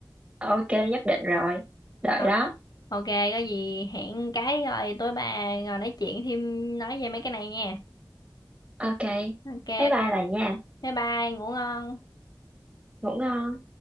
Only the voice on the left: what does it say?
Đó.
Ok, có gì hẹn cái rồi tối bà ngồi nói chuyện thêm nói về mấy cái này nha.
Ok,
bye bye, ngủ ngon.